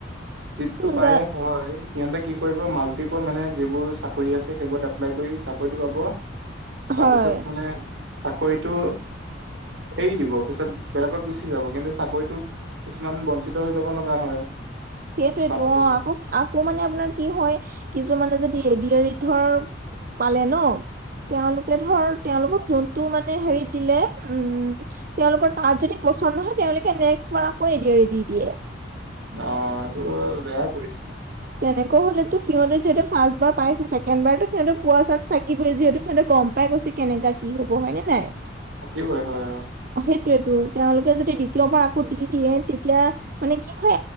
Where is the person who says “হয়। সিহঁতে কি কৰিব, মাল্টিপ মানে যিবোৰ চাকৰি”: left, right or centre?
Right